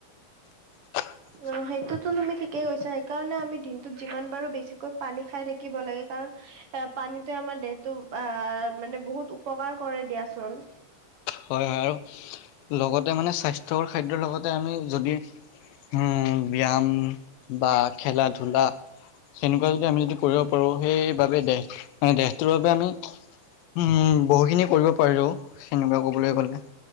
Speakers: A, on the left; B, on the right.
A: <unintelligible>
B: অ' সেইটোতো তুমি ঠিকেই কৈছা সেইকাৰণে আমি দিনটোত যিমান পাৰো বেছিকৈ পানী খাই থাকিব লাগে কাৰণ এ পানীটোৱে আমাৰ দেহটো আহ মানে বহুত উপকাৰ কৰে দিয়াচোন।
A: হয় হয় আৰু লগতে মানে স্বাস্থ্যকৰ খাদ্যৰ লগতে আমি যদি, উম, ব্যায়াম বা খেলা ধূলা, সেনেকুৱা যদি আমি যদি কৰিব পাৰো সেইবাবে দেহ মানে দেহটোৰ বাবে আমি উম, বহুখিনি কৰিব পাৰিলো সেনেকুৱা ক'বলৈ গ'লে।